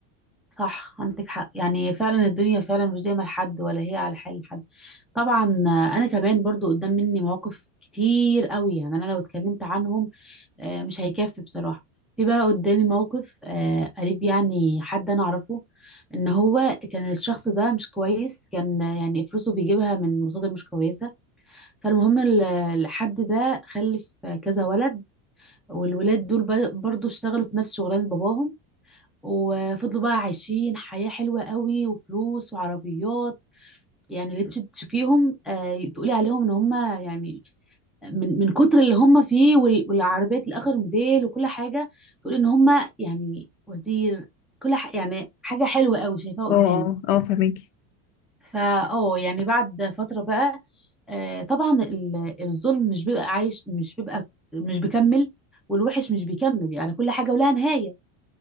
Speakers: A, in the centre; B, on the left.
A: صح عندك حق يعني فعلا الدنيا فعلا مش دايما لحد ولا هي على حال حد طبعا آه، انا كمان برضو قدام مني مواقف كتير قوي يعني انا لو اتكلمت عنهم آه، مش هيكفي بصراحة في بقى قدامي موقف آه، قريب يعني حد انا اعرفه ان هو كان الشخص ده مش كويس كان آه، يعني فلوسه بيجيبها من مصادر مش كويسة فالمهم ال- الحد ده خلف آه، كذا ولد والولاد دول ب- برضو اشتغلوا في نفس شغلانة باباهم وفضلوا بقى عايشين حياة حلوة قوي وفلوس وعربيات يعني اللي تش- تشوفيهم آه، تقولي عليهم ان هم يعني من من كتر اللي هم فيه وال- والعربيات لاخر موديل وكل حاجه تقول ان هم يعني وزير كل ح... يعني حاجه حلوه قوي شايفاها قدامك
B: اه اه اه فهماكي
A: فا اه يعني بعد فتره بقى آه طبعا ال- الظلم مش بيبقى عايش مش بيبقى مش بيكمل والوحش مش بيكمل يعني كل حاجه ولها نهايه